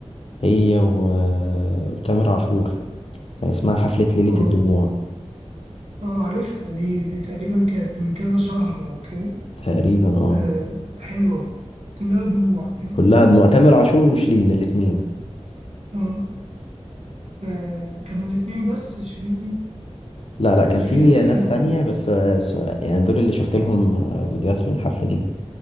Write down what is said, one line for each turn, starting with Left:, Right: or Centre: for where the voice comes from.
Left: هي و... وتامر عاشور كان اسمها حفلة ليلة
Right: اه
Left: الدموع
Right: آه، عارفها دي دي تقريبا كانت من كذا شهر او كده
Left: تقريبا اه
Right: آه، حلوة كلها دموع فاهم؟
Left: كلها دموع تامر عاشور وشيرين الاتنين
Right: اه آه، كانوا الاتنين بس شيرين
Left: لا لا كان
Right: وشفيع
Left: في
Right: أندرية
Left: ناس تانية
Right: يعني.
Left: بس آه، س- يعني دول اللي شفت لهم آه، فيديوهات في الحفلة دي